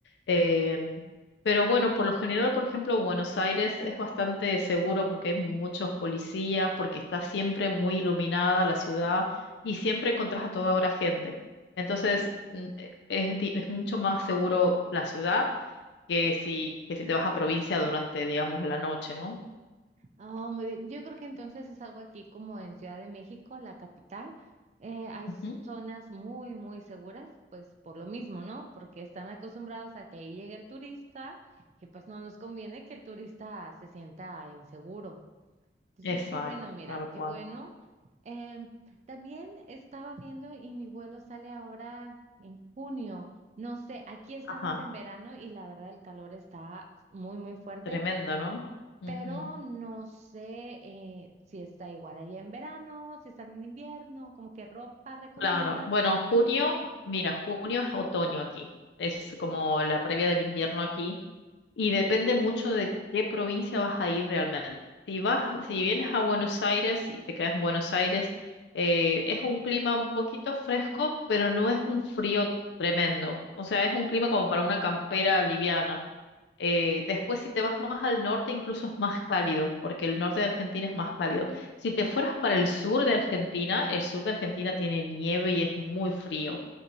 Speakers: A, on the left; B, on the right.
A: Em, pero bueno, por lo general, por ejemplo, Buenos Aires es bastante seguro porque hay muchos policías, porque está siempre muy iluminada la ciudad y siempre encontrás a toda hora gente. Entonces, mm, es, di- es mucho más seguro la ciudad que si, que si te vas a provincia durante, digamos, la noche, ¿no?
B: Oh, muy bien. Yo creo que entonces es algo aquí como en Ciudad de México, la capital. eh, hay
A: Ujú,
B: zonas muy, muy seguras, pues por lo mismo, ¿no? Porque están acostumbrados a que ahí llegue el turista y pues no nos conviene que el turista se sienta inseguro. Entonces,
A: Exacto,
B: qué bueno, mira,
A: tal cual.
B: qué bueno. Em, también estaba viendo y mi vuelo sale ahora en junio. No sé, aquí estamos
A: Ajá,
B: en verano y la verdad el calor está muy, muy fuerte
A: tremendo, ¿no? ujú.
B: pero no sé eh, si está igual ahí en verano, si están en invierno, como qué ropa recomiendas.
A: Claro. Bueno, junio, mira, junio es otoño aquí. Es como la previa del invierno aquí y depende mucho de qué provincia vas a ir realmente. Si vas, si vienes a Buenos Aires y te quedas en Buenos Aires, eh, es un clima un poquito fresco, pero no es un frío tremendo. O sea, es un clima como para una campera liviana. Eh, después, si te vas más al norte, incluso es más cálido, porque el norte de Argentina es más cálido. Si te fueras para el sur de Argentina, el sur de Argentina tiene nieve y es muy frío.